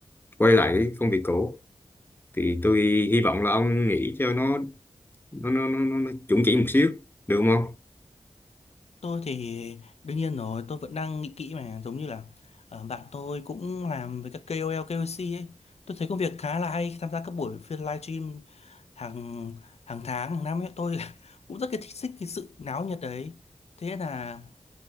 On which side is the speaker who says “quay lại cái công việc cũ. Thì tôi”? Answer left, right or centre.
Left